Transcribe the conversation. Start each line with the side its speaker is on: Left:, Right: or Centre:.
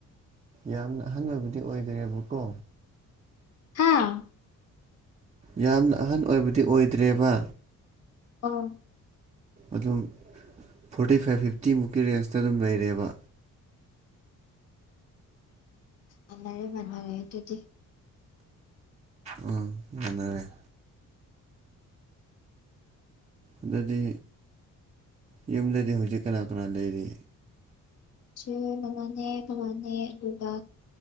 Right: ꯌꯥꯝꯅ ꯑꯍꯟ ꯑꯣꯏꯕꯗꯤ ꯑꯣꯏꯗ꯭ꯔꯦꯕꯀꯣ
Left: ꯍꯥꯥ
Right: ꯌꯥꯝꯅ ꯑꯍꯟ ꯑꯣꯏꯕꯗꯤ ꯑꯣꯏꯗ꯭ꯔꯦꯕ
Left: ꯑꯥ
Right: ꯑꯗꯨꯝ ꯐꯣꯔꯇꯤ ꯐꯥꯏꯚ ꯐꯤꯞꯇꯤꯃꯨꯛꯀꯤ ꯔꯦꯟꯖꯇ ꯑꯗꯨꯝ ꯂꯩꯔꯦꯕ
Left: ꯎꯝ ꯃꯥꯟꯅꯩꯌꯦ ꯃꯥꯟꯅꯔꯦ ꯑꯗꯨꯗꯤ
Right: ꯎꯝ ꯃꯥꯅꯔꯦ ꯑꯗꯨꯗꯤ ꯌꯨꯝꯗꯗꯤ ꯍꯧꯖꯤꯛ ꯀꯅꯥ ꯀꯅꯥ ꯂꯩꯔꯤ
Left: ꯏꯆꯦ ꯑꯃꯅꯦ ꯏꯕꯨꯡꯉꯣꯅꯦ ꯑꯗꯨꯒ